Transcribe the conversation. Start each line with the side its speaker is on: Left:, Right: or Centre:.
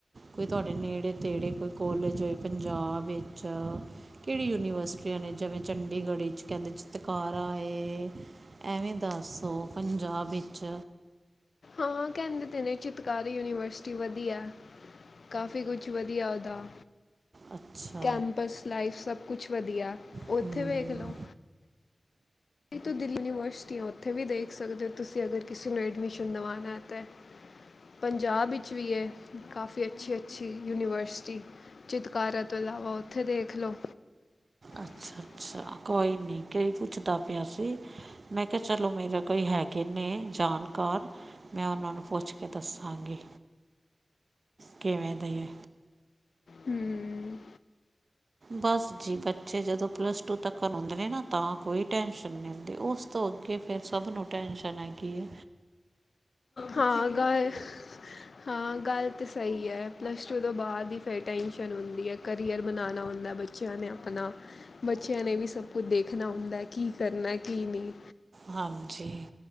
Right: ਕੋਈ ਤੁਹਾਡੇ ਨੇੜੇ-ਤੇੜੇ ਕੋਈ ਕੋਲਜ ਹੋਏ ਪੰਜਾਬ ਵਿੱਚ ਕਿਹੜੀ ਯੂਨੀਵਰਸਿਟੀਆਂ ਨੇ ਜਿਵੇਂ ਚੰਡੀਗੜ੍ਹ ਚ ਕਹਿੰਦੇ ਚਿਤਕਾਰਾ ਐ। ਐਵੇਂ ਦੱਸੋ ਪੰਜਾਬ ਵਿੱਚ
Left: ਹਾਂ ਕਹਿੰਦੇ ਤੇ ਨੇ ਚਿਤਕਾਰੀ ਯੂਨੀਵਰਸਿਟੀ ਵਧੀਆ ਏ। ਕਾਫੀ ਕੁਛ ਵਧੀਆ ਉਹਦਾ,
Right: ਅੱਛਾ
Left: ਕੈਂਪਸ ਲਾਈਫ ਸਭ ਕੁਛ ਵਧੀਆ, ਉੱਥੇ
Right: ਹੂੰ
Left: ਵੇਖ ਲਉ। ਤੋਂ ਦਿੱਲੀ ਯੂਨੀਵਰਸਿਟੀ ਆ ਉੱਥੇ ਵੀ ਦੇਖ ਸਕਦੇ ਹੋ ਤੁਸੀਂ ਅਗਰ ਕਿਸੇ ਨੂੰ ਐਡਮਿਸ਼ਨ ਦਵਾਣਾ ਐ ਤਾਂ ਪੰਜਾਬ ਵਿੱਚ ਵੀ ਐ ਕਾਫੀ ਅੱਛੀ-ਅੱਛੀ ਯੂਨੀਵਰਸਿਟੀ ਚਿਤਕਾਰਾਂ ਤੋਂ ਇਲਾਵਾ ਉੱਥੇ ਦੇਖ ਲਓ।
Right: ਅੱਛਾ
Left: <inaudible>
Right: ਅੱਛਾ ਕੋਈ ਨੀ ਕੀ ਪੁੱਛਦਾ ਪਿਆ ਸੀ? ਮੈਂ ਕਿਹਾ ਚਲੋ ਮੇਰੇ ਕੋਈ ਹੈਗੇ ਨੇ ਜਾਣਕਾਰ ਮੈਂ ਉਹਨਾਂ ਨੂੰ ਪੁੱਛ ਕੇ ਦੱਸਾਂਗੀ। ਕਿਵੇਂ ਦਈ ਐ,
Left: ਹੂੰ,
Right: ਬਸ ਜੀ ਬੱਚੇ ਜਦੋਂ ਪਲੱਸ ਟੂ ਤੱਕ ਕਰਾਦੇ ਨੇ ਨਾ, ਤਾਂ ਕੋਈ ਟੈਸ਼ਨ ਨੀ ਹੁੰਦੀ ਉਸ ਤੋਂ ਅੱਗੇ ਫਿਰ ਸਭ ਨੂੰ ਟੈਸ਼ਨ ਹੈਗੀ ਐ।
Left: ਹਾਂ ਗਏ। ਹਾਂ ਗੱਲ ਤਾਂ ਸਹੀ ਐ ਪਲੱਸ ਟੂ ਤੋਂ ਬਾਅਦ ਹੀ ਫੇਰ ਟੈਨਸ਼ਨ ਹੁੰਦੀ ਐ। ਕਰੀਅਰ ਬਣਾਉਣਾ ਹੁੰਦਾ ਬੱਚਿਆਂ ਨੇ ਆਪਣਾ ਬੱਚਿਆਂ ਨੇ ਵੀ ਸਭ ਕੁਝ ਦੇਖਣਾ ਹੁੰਦਾ ਐ ਕੀ ਕਰਨਾ ਕੀ ਨਹੀਂ।
Right: ਹਾਂਜੀ,